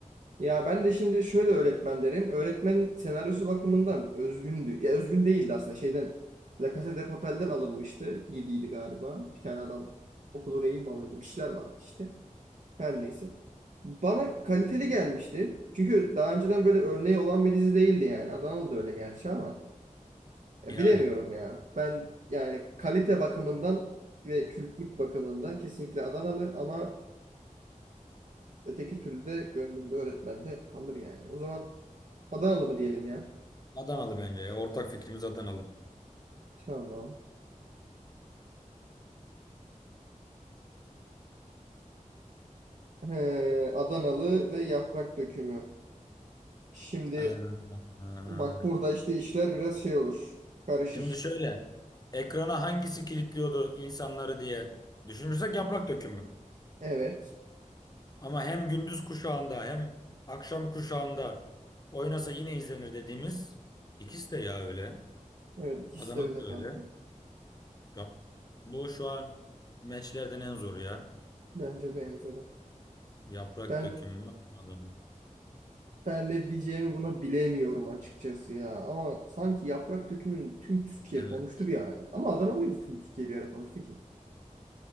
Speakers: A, on the right; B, on the left.
A: Ya ben de şimdi şöyle öğretmen derim. Öğretmen senaryosu bakımından özgündü. Ya özgün değildi aslında şeyden. La Casa de Papel'den alınmıştı gibiydi galiba. Bir tane adam okulu rehin mi alıyordu? Bir şeyler vardı işte. Her neyse. Bana kaliteli gelmişti. Çünkü daha önceden böyle örneği olan bir dizi değildi yani. Adanalı da öyle gerçi ama. Ya
B: Yani.
A: bilemiyorum ya. Ben yani kalite bakımından ve kültlük bakımından kesinlikle Adanalı ama öteki türlü de gönlümde öğretmen de kalır yani. O zaman Adanalı mı diyelim ya?
B: Adanalı bence ya. Ortak fikrimiz Adanalı.
A: Tamam. Ee, Adanalı ve yaprak dökümü. Şimdi
B: Ee, ee.
A: bak burada işte işler biraz şey olur. Karışır.
B: Şimdi şöyle. Ekrana hangisi kilitliyordu insanları diye düşünürsek yaprak dökümü.
A: Evet.
B: Ama hem gündüz kuşağında hem akşam kuşağında oynasa yine izlenir dediğimiz ikisi de ya öyle.
A: Evet ikisi
B: Adanalı
A: de öyle
B: da
A: kanka.
B: öyle. Yap. Bu şu an meçlerden en zoru ya.
A: Bence de en zoru.
B: Yaprak
A: Ben
B: dökümü mü? Adanalı mı?
A: Ben ne diyeceğimi buna bilemiyorum açıkçası ya. Ama sanki yaprak dökümünü tüm Türkiye
B: Evet.
A: konuştu bir ara. ya. Ama Adanalıydı tüm Türkiye bir ara konuştu ki.